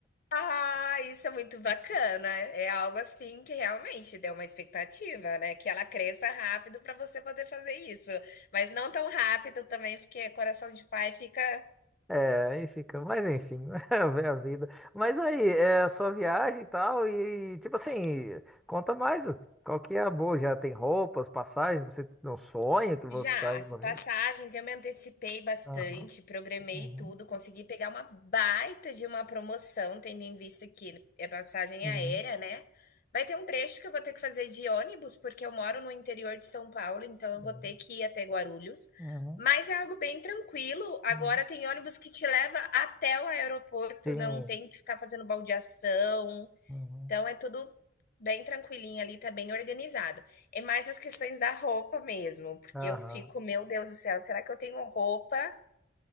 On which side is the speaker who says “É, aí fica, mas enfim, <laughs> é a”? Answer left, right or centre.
Centre